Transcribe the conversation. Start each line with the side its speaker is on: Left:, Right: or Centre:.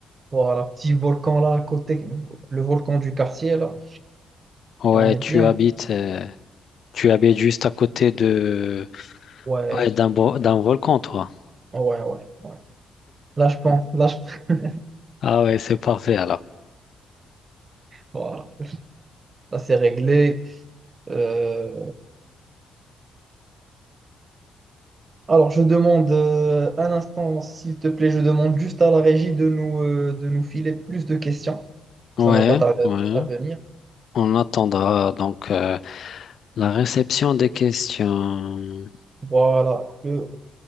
Right: Voilà. Petit volcan là à côté, le volcan du quartier là.
Left: Ouais,
Right: Et on est
Left: tu
Right: bien.
Left: habites, euh, tu habites juste à côté de,
Right: Ouais.
Left: ouais, d'un bo- d'un volcan, toi.
Right: Ouais, ouais, ouais. Là, je pense. Là, je... <laughs>
Left: Ah ouais, c'est parfait alors.
Right: Voilà. ça c'est réglé. Euh, Alors, je demande euh, un instant, s'il te plaît, je demande juste à la régie de nous, euh, de nous filer plus de questions.
Left: Ouais,
Right: Ça ne va pas tarder
Left: ouais.
Right: à venir.
Left: On attendra donc euh, la réception des questions.
Right: Voilà, le,